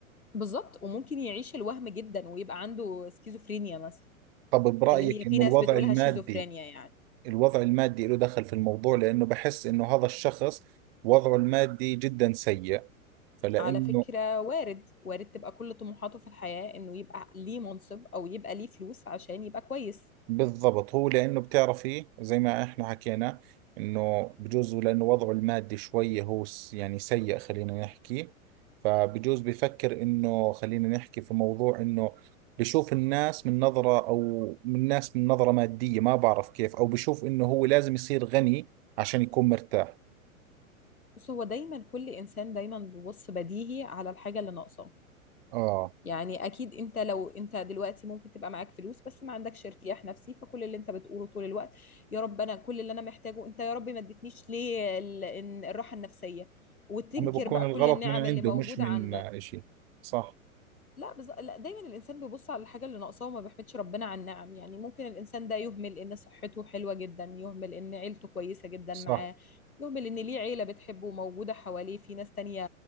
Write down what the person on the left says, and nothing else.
بالظبط وممكن يعيش الوهم جدا ويبقى عنده سكيزوفرينيا مثلا
اللي هي في
ناس
بتقولها
شيزوفرينيا يعني
على فكرة وارد وارد تبقى كل طموحاته في الحياة انه يبقى ليه منصب او يبقى ليه فلوس عشان يبقى كويس
بص هو دايما كل انسان دايما بيبص بديهي على الحاجه اللي ناقصاه
يعني اكيد انت لو انت دلوقتي ممكن تبقى معاك فلوس بس ما عندكش ارتياح نفسي فكل اللي انت بتقوله طول الوقت يا رب انا كل اللي انا محتاجه انت يا رب ما اديتنيش ليه ال- إن- الراحه النفسيه وتنكر
بقى
كل النعم
اللي موجوده
عندك
لا بز... لا دايما الانسان بيبص على الحاجه اللي ناقصاه وما بيحمدش ربنا على النعم يعني ممكن الانسان ده يهمل ان صحته حلوه جدا يهمل ان عيلته كويسه جدا
معاه يهمل ان ليه عيله بتحبه وموجوده حواليه في ناس تانية